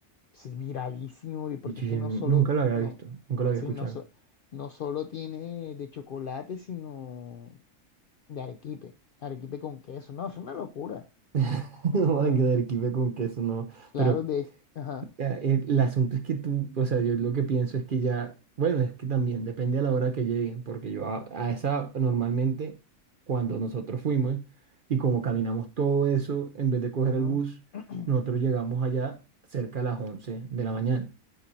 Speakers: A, on the left; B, on the right.
A: es viralísimo, y porque
B: Y yo
A: es
B: yo
A: que no
B: nunca
A: solo,
B: lo había
A: no,
B: visto, nunca lo había
A: sí,
B: escuchado.
A: no, so- no solo tiene de chocolate, sino de arequipe, arequipe con queso. No, es una locura,
B: <laughs>
A: una
B: No
A: locura.
B: van a quedar kife con queso, no.
A: Claro,
B: Pero
A: de, ajá,
B: eh, el, el asunto es que tú, o sea, yo lo que pienso es que ya, bueno, es que también depende a la hora que lleguen, porque yo a, a esa normalmente, cuando nosotros fuimos y como caminamos todo eso, en vez de coger
A: ujú,
B: el bus,
A: <clears throat>
B: nosotros llegamos allá cerca a las 11 de la mañana.